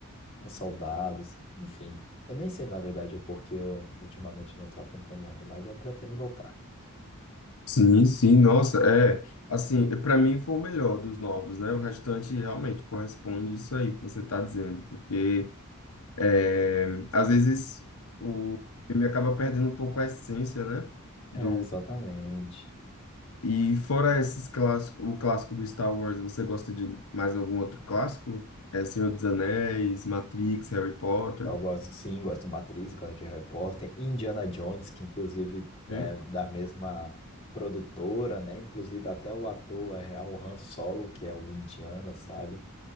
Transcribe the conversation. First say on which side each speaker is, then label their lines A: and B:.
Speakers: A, on the left; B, on the left.
A: é soldados, enfim. Eu nem sei, na verdade, o porquê eu ultimamente não estou acompanhando, mas eu pretendo voltar.
B: Sim, sim, nossa, é. Assim, para mim foi o melhor dos novos, né? O restante realmente corresponde isso aí que você tá dizendo, porque é, às vezes o filme acaba perdendo um pouco a essência, né? Do,
A: É, exatamente.
B: e fora esses clássicos, o clássico do Star Wars, você gosta de mais algum outro clássico? É Senhor dos Anéis, Matrix, Harry Potter?
A: Eu gosto, sim, gosto de Matrix, gosto de Harry Potter, Indiana Jones, que inclusive é
B: né?
A: da mesma produtora, né? Inclusive até o ator é real, o Han Solo, que é o Indiana, sabe?